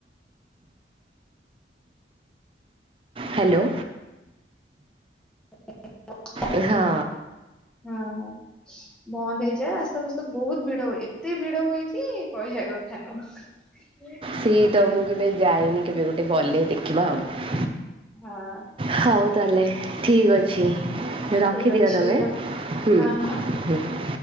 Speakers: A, on the right; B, in the centre.
A: ହାଲୋ।
B: <inaudible>
A: ଏ ହଁ।
B: ହଁ। ହଁ ବନ୍ଦ ହେଇଯାଏ ଆସ୍ତବ୍ୟସ୍ତ ବହୁତ ଭିଡ ହୁଏ ଏତେ ଭିଡ ହୁଏ କି କହିବା କଥା ନୁହ <inaudible>
A: ସେଇ ତ ମୁଁ କେବେ ଯାଏନି କେବେ ଗୋଟେ ଗଲେ ଦେଖିବା ଆଉ।
B: ହଁ।
A: ହଉ ତାହେଲେ ଠିକ ଅଛି ରଖିଦିଅ
B: ଠିକ ଅଛି
A: ତମେ
B: ରଖ
A: ହୁଁ
B: ହଁ ହଁ।
A: ହୁଁ